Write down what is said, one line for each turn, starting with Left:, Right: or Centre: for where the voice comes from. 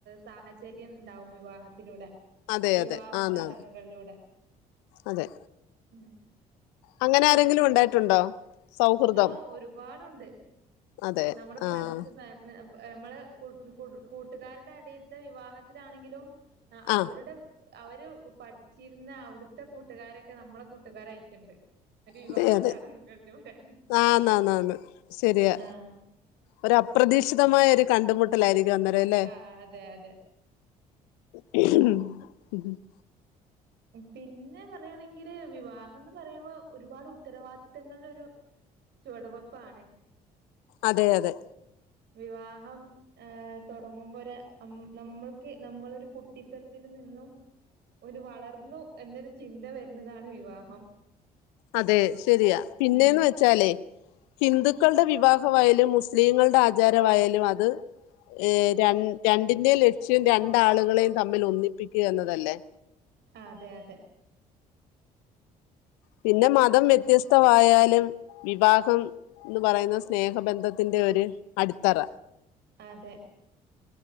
Right: സാഹചര്യം ഉണ്ടാവും വിവാഹത്തിലൂടെ
Left: അതെ
Right: വിവാഹ
Left: അതെ ആന്നാന്ന്
Right: ചടങ്ങുകളിലൂടെ
Left: അതെ
Right: ഉം <inaudible> <unintelligible>
Left: അങ്ങനെ ആരെങ്കിലും ഉണ്ടായിട്ടുണ്ടോ സൗഹൃദം
Right: ആഹ ഒരുപാട് ഉണ്ട്
Left: അതെ
Right: നമ്മുടെ
Left: ആഹ്
Right: ഫ്രണ്ട്സ് ഫാമിലി നമ്മള് കൂട്ടുകാരുടെ അടയിത്തെ വിവാഹത്തിലാണെങ്കിലും ആ
Left: ആഹ്
Right: അവരുടെ അവര് പഠിച്ചിരുന്ന അവിടുത്തെ കൂട്ടുകാരൊക്കെ നമ്മളെ കൂട്ടുകാരയിട്ടുണ്ട് ഒരു വിവാഹ
Left: അതെ അതെ
Right: ചടങ്ങങ് കഴഞ്ഞോടെ
Left: ആന്നാന്നാന്ന് ശരിയാ
Right: ആഹ
Left: ഒരു അപ്രതീക്ഷിതമായിരിക്ക കണ്ടുമുട്ടലായിരിക്കും അന്നേര അല്ലേ
Right: ആ അതെ അതെ
Left: ഉ <inaudible> <unintelligible>
Right: പിന്നെ പറയണെങ്കില് വിവാഹം എന്ന് പറയുമ്പോ ഒരുപാട് ഉത്തരവാദിത്തങ്ങളിൽൊ ഒരു ചുവടുവപ്പാണ്
Left: അതെ അതെ
Right: വിവാഹം ഏർ തുടങ്ങുമ്പോ ഒരു നമ്മൾക്ക് നമ്മളൊരു കുട്ടിത്തത്തിൽ നിന്നും ഒരു വളർന്നു എന്നൊരു ചിന്ത വരുന്നതാണ് വിവാഹം
Left: അതെ ശരിയാ പിന്നേന്ന്
Right: ഉം
Left: വെച്ചാലേ ഹിന്ദുക്കളുടെ വിവാഹം രണ്ടായാലും മുസ്ലിങ്ങളുടെ ആചാരമായാലും അത് ഏ ര രണ്ടിന്റെ ലക്ഷ്യം രണ്ടാളുകളെയും തമ്മിൽ ഒന്നിപ്പിക്കുക എന്നതല്ലേ
Right: അതെ അതെ
Left: പിന്നെ മതം വ്യത്യസ്ത ആമായാലും വിവാഹം എന്ന് പറയുന്ന സ്നേഹബന്ധത്തിന്റെ ഒരു അടിത്തറ
Right: അതെ